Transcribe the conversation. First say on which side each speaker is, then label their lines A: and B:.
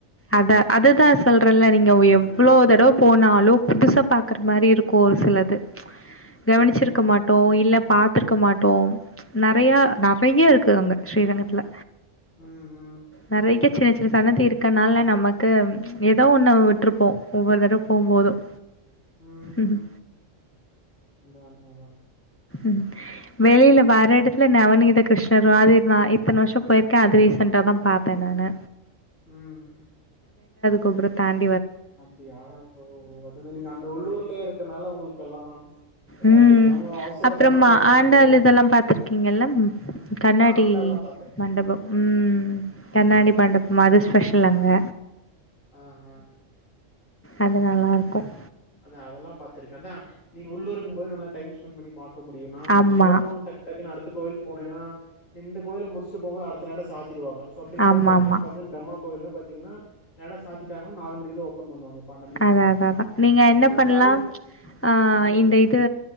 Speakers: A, on the left; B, on the left.
A: அத அதுதா சொல்றல்ல நீங்க எவ்ளோ
B: ம்
A: தடவை போனாலு புதுசா பாக்குற மாரி இருக்கு ஒரு சிலது கவனிச்சிருக்க
B: ம்
A: மாட்டோ இல்ல பாத்துருக்க மாட்டோ நெறைய-நெறைய இருக்கு அங்க ஸ்ரீரங்கத்துல
B: ம் ம்
A: நெறைய <unintelligible> சில சன்னதி இருக் க்கனால நமக்கு ஏதோ ஒன்ன விட்ருப்போ ஒவ்வொரு தடவ போம்போதும்
B: ம்-ம்
A: ம்.
B: அதான்-அதான் அதா
A: ம் வெளியில
B: ம்
A: வர எடத்துல நவநீதக் கிருஷ்ணரு ஆதிர் நா இத்தன வருஷோ போயிருக்கே அது ரீசன்டாதா பாத்தேன் நானு
B: ம்-ம்
A: கோபுரத்தான்
B: அப்டியா ஓ-ஓ அதுதா நீங்க அந்த உள்ளூர்லயே இருக்கனால உங்களுக்கு எல்லா இதா
A: உம்
B: தெரியு நாங்க அவசர
A: அப்புறம்மா
B: அவசரமா வருவோ
A: ஆண்டாள் இதெல்லாம் பாத்திருக்கீங்கல்ல கண்ணாடி
B: ஆ ஆண்டாள்லா பாத்திருக்கே
A: மண்டபம்
B: ஆ
A: உம்
B: ஆ
A: கண்ணாடி மண்டபம் மதுஸ்பேஷ இல்லங்க
B: ஆஹ் ஆஹ்
A: அது நல்லாருக்கும்
B: அதான் அதெல்லாம் பாத்துருக்கேன் அதான் நீங்க உள்ளூருங்கபோது நல்லா டைம் ஸ்பெண்ட் பண்ணி பாக் போ முடியும் நாங்க
A: ஆமா
B: வருவோம் டக்கு டக்குன்ன அடுத்த கோவில் போனேன்னா இந்த கோயில முடிச்சுட்டு போக அடுத்த நட சாத்திடுவாங்க சோ அப்டிங்கமோது
A: ஆமா
B: டக்குன்னு
A: ஆமா
B: பாத்த பிரம்மா கோவில்லா பாத்தீங்கன்னா <inaudible> நட சாத்திட்டாங்கன்னா நாலு மணிக்குதான் ஓப்ப போன் பண்ணுவாங்க பன்னெண்டு மணிக்கு
A: அத
B: சாத்திட்டாங்கன்னா
A: - அத அதான் நீங்க என்ன
B: சோ நாங்க
A: பண்ணலாம்
B: கால்
A: ஆஹ
B: ம்
A: இந்த இது